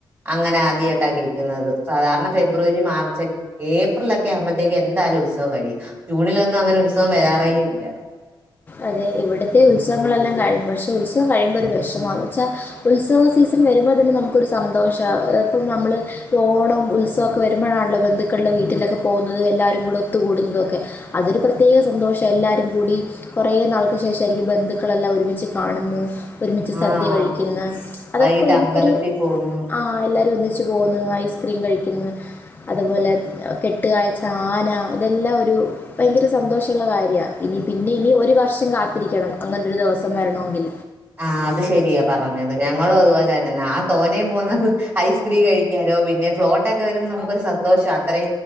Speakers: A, on the right; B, on the left.
A: അങ്ങനെ ആദ്യയിട്ടാ കേൾക്കുന്നത് സാധാരണ ഫെബ്രുവരി മാർച്ച് ഏപ്രിൽ ക്കെ ആകുമ്പോഴത്തേക്കും എന്തായാലും ഉത്സവം കഴിയും ജൂണിലൊന്നും അങ്ങനെ ഉത്സവം വരാറേ ഇല്ല
B: അതെ ഇവിടത്തെ ഉത്സവങ്ങളെല്ലാം കഴിമ്പ് പക്ഷെ ഉത്സവം കഴിയുമ്പോ ഒരു വെഷമാണ് വെച്ചാ ഉത്സവ സീസൺ വരും മ്പോൾ തന്നെ നമുക്കൊരു സന്തോഷാ ഇപ്പം നമ്മൾ ഓണം ഉത്സവൊക്കെവരുമ്പഴാണല്ലോ ബന്ധുക്കളുടെ വീട്ടിലൊക്കെ പോകുന്നത് എല്ലാരും കൂടെ ഒത്തുകൂടുന്നതൊക്കെ അതൊരുപ്രത്യേക സന്തോഷം എല്ലാരും കൂടി കൊറേനാൾക്ക് ശേഷായിരിക്കും ബന്ധുക്കളെല്ലാം ഒരുമിച്ച് കാണുന്ന് ഒരുമിച്ച്സദ്യകഴിക്കുന്ന
A: ആഹ്
B: അതൊക്കെ
A: വൈകിട്ട്
B: നമുക്കൊരു
A: അമ്പലത്തിൽ പോകുന്നു
B: ആ എല്ലാരും ഒന്നി ച്ചുപോന്നു ഐസ് ക്രീം കഴിക്ക്ന്ന്അതുപോലെ കെട്ട്കാഴ്ച്ച ആന ഇതെല്ലാം ഒരു ഭയ്ങ്കര് സന്തോഷള്ളകര്യാ ഇനി പ്പിനെ ഇനി ഒരുവർഷം കാത്തിരിക്കണം അങ്ങനൊരു ദെവസം വരണോങ്കിൽ
A: ആഹ് അത് ശെരിയാ പറഞ്ഞത് ഞങ്ങളുംഅതുപോലെന്നെ ഞാ തോനേം പോന്നത് ഐസ്ക്രീം കഴിക്കാനോ പിന്നെ ഫ്ലോട്ടക്കെ വരുമ്പോൾ നമുക്കൊരു സന്തോഷം രത്രി